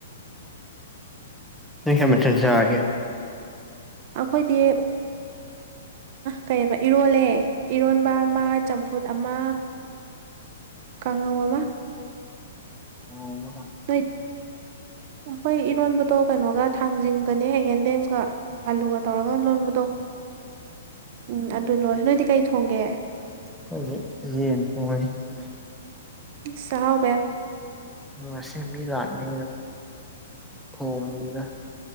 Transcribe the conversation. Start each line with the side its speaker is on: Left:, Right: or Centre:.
Centre: ꯀꯩ ꯃꯊꯦꯜ ꯆꯥꯔꯒꯦ
Right: ꯑꯩꯈꯣꯏꯗꯤ ꯀꯩꯕ ꯏꯔꯣꯜꯂꯦ ꯏꯔꯣꯟꯕ ꯑꯃ ꯆꯝꯐꯨꯠ ꯑꯃ ꯀꯥꯡꯍꯧ ꯑꯃ
Centre: ꯎꯝ ꯑꯣ
Right: ꯅꯣꯏ ꯑꯩꯈꯣꯏ ꯏꯔꯣꯟꯕꯗꯣ ꯀꯩꯅꯣꯒ ꯊꯥꯡꯖꯤꯡꯒꯅꯦ ꯍꯌꯦ ꯌꯦꯟꯗꯦꯝꯒ ꯑꯂꯨꯒ ꯇꯧꯔꯒ ꯂꯣꯟꯕꯗꯣ ꯎꯝ ꯑꯗꯨ ꯂꯣꯏꯔꯁꯤ ꯅꯣꯏꯗꯤ ꯀꯩ ꯊꯣꯡꯒꯦ
Centre: <unintelligible>
Right: ꯆꯥꯛ ꯍꯥꯎ
Centre: ꯃꯁꯦ ꯃꯤ ꯂꯥꯥꯛꯃꯤ ꯊꯣꯡꯅꯤꯗ